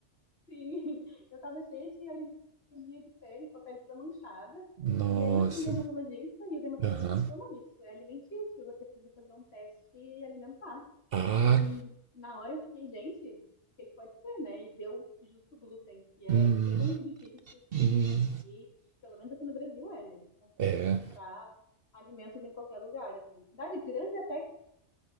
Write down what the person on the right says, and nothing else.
nossa.
Aham.
Ah,
Hum,
hum,
é,